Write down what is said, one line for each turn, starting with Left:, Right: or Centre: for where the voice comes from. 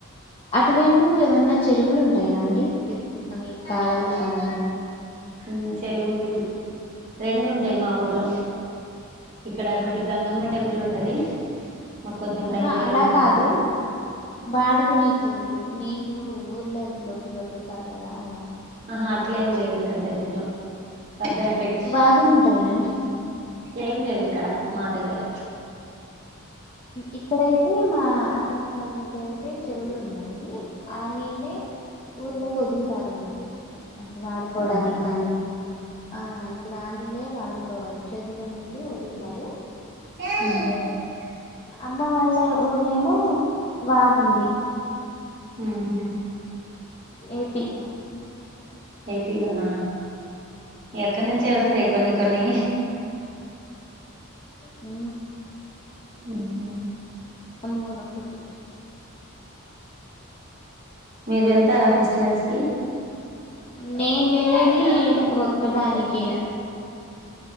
Left: అటువైపు ఏమన్నా చెరువులు ఉంటాయా అండి వాగులు కానీ కాలవలు కానీ
Right: ఉ చెరువు ఉంది రెండు ఉంటాయి మా ఊర్లో ఇక్కడ ఒకటి గంగమ్మ టెంపుల్ ఉంటది మాకు కొంచెం
Left: ఆహా
Right: దగ్గరలోనే
Left: అలా కాదు
Right: ఉంటది
Left: వాడుకునే చెరువులు నీళ్ళులు ఊర్లలో లోకి వదులుతారు కదా అలా
Right: ఆహా
Left: అలా
Right: అట్లేం
Left: ఉ చేరువు
Right: లేవు ఇక్కడ దగ్గరలో పద్దన పెట్టి
Left: వాగులుంటాయా అండి
Right: ఏం లేవ్ ఇక్కడ మా దగ్గర
Left: ఇక్కడయితే మా అత్తమ్మ వాళ్ళ ఊర్లో అయితే చెరువులు ఉన్నాయి ఆ నీళ్ళే ఊర్లోకి వదులుతారు అన్నట్టు అంటే వాడుకోవడానికి
Right: అవునా
Left: కానీ ఆ ఇప్పుడు ఆ నీళ్లే వాడుకోవాలి చెరువులో నీళ్ళు వదులుతారు
Right: ఆ
Left: అమ్మ వాళ్ల ఊర్లేమో వాగు ఉంది
Right: ఉహు
Left: ఏపీ
Right: ఏపీలోనా ఎక్క నుంచే వస్తయి కొన్ని కొన్ని
Left: ఉ
Right: ఉహు
Left: అమ్మో నాకొద్దు
Right: మీర్ వెళ్తారా ఫెస్టివల్స్ కి
Left: నేను వెళ్ళేది ఒక్కదానికే